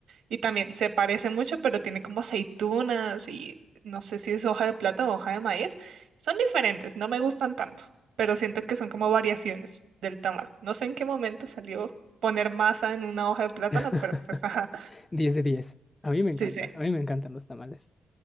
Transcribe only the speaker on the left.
<laughs>
diez de diez A mí me
encanta,
a mí me encantan los tamales.